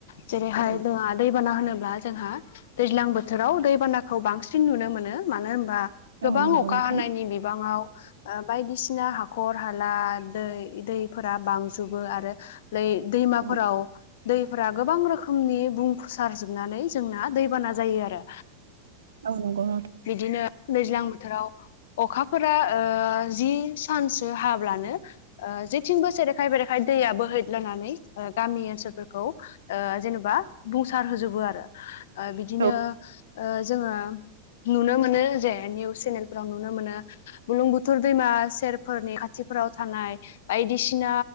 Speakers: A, on the left (about 55°); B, on the right (about 70°).
A: जेरैहाय
B: औ
A: जोंहा दैबाना होनोब्ला जोंहा दैज्लां बोथोराव दैबानाखौ बांसिन नुनो मोनो मानो होनबा गोबां
B: औ नंगौ
A: अखा
B: नोंथां
A: हानायनि बिबाङाव बायदिसिना हाखर हाला दै दैफोरा बांजोबो आरो बै दैमाफोराव
B: औ
A: दैफोरा गोबां रोखोमनि बुंसार जोबनानै जोंना दैबाना जायो आरो।
B: औ नंगौ
A: बिदिनो दैज्लां बोथोराव अखाफोरा जि सानसो हाब अब्लानो जेथिंबो सेरेखाय बेरेखाय दैआ बोहैदलानानै गामि ओनसोलफोरखौ जेनेबा बुंसार होजोबो आरो। बिदिनो
B: औ
A: जोङो नुनो मोनो जे निउस चेनेल फोराव नुनो मोनो बुलुंबुथुर दैमा सेरफोरनि खाथिफोराव थानाय बायदिसिना